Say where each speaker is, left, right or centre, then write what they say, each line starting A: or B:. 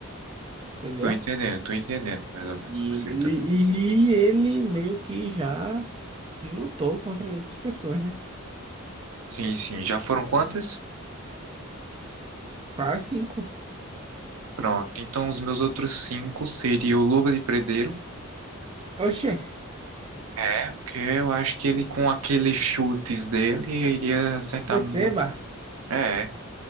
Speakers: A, on the right; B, on the right.
A: entendeu?
B: Tô entendendo, tô entendendo mais ou menos
A: E
B: o que você
A: ele,
B: tá querendo dizer.
A: e ele meio que já lutou contra outras pessoas, né?
B: Sim, sim. Já foram quantas?
A: Faz cinco.
B: Pronto. Então, os meus outros cinco seriam o Luva de Predeiro.
A: Oxê,
B: É, porque eu acho que ele, com aqueles chutes dele, iria acertar
A: receba.
B: muito. É.